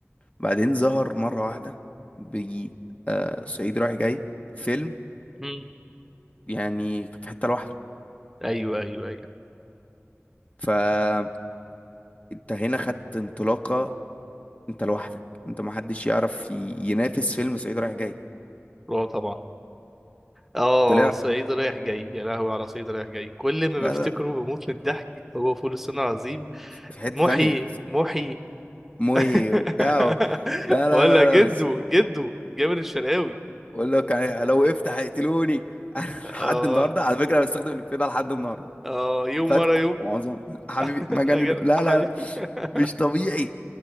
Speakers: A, on the left; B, in the centre.
A: بعدين ظهر مرة واحدة بيجي آه صعيدي رايح جاي فيلم
B: امم
A: يعني في حتة لوحده
B: ايوه ايوه ايوه
A: فانت هنا خدت انطلاقة انت لوحدك انت محدش يعرف ي- ينافس فيلم صعيدي رايح جاي
B: رعب طبعا اه
A: طلع
B: صعيدي رايح جاي يا لهوي على صعيدي رايح جاي كل ما
A: لا
B: بفتكره
A: لا
B: بموت من الضحك هو فول الصين العظيم
A: في حتة
B: محي
A: تانية
B: محي
A: مهي
B: <laughs>
A: وبتاع و- لا لا
B: ولا
A: لا
B: جدو
A: لا بس
B: جدو جابر الشرقاوي
A: بقول لك يعني لو وقفت هيقتلوني <laughs> لحد
B: اه
A: النهارده على فكرة أنا بستخدم الإفيه ده لحد النهارده
B: اه يوم
A: فاتكو
B: ورا يوم
A: معظم حبيبي
B: <laughs>
A: مجنون
B: أجل
A: لا
B: حبيبي
A: لا لا
B: <laughs>
A: مش طبيعي